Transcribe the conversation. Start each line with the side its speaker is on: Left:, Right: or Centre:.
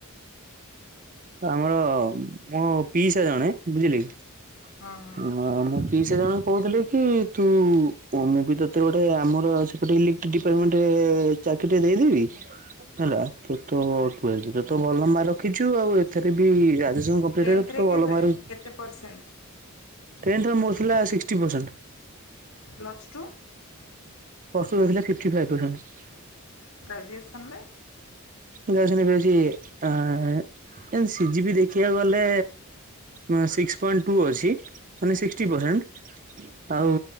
Right: ଆମର ମୋ ପିଇସା ଜଣେ ବୁଝିଲେ କି
Left: ହଁ।
Right: ହଁ। ମୋ ପିସା ଜଣେ କହୁଥିଲେ କି ତୁ ମୁଁ ବି ତତେ ଗୋଟେ ଆମର ସେପଟେ ଇଲେ ଡିପାର୍ମେଣ୍ଟରେ ଚାକିରି ଟେ ଦେଇଦେବି ହେଲା
Left: ହଁ।
Right: ତୁ ତ <unintelligible> ତ ଭଲ ମାର୍କ ରଖିଚୁ ଆଉ ଏଥିରେ ବି ରାଜେଶଙ୍କ ସେଟାରେ
Left: ଟେନ୍ଥରେ
Right: ତ
Left: କେବେ
Right: ଭଲ ମାର୍କ ରଖ
Left: କେତେ ପରସେଣ୍ଟ?
Right: ଟେନ୍ଥ ରେ ମୋ ଥିଲା sixty percent.
Left: Plus two?
Right: Plus two ରେ ଥିଲା ଫିପିଟି ଫାଇବ୍ ପରସେଣ୍ଟ।
Left: ଗ୍ରାଜୁଏସନ୍ ରେ?
Right: ଗାଜୁଏସନ୍ ବି ଅଛି ଆଁ ସିଝିବି ଦେଖିବାକୁ ଗଲେ ମାନେ ସିକ୍ସ ପଏଣ୍ଟ ଟୁ ଅଛି ମାନେ ଶିକ୍ଷ୍ଟି ପରସେଣ୍ଟ ଆଉ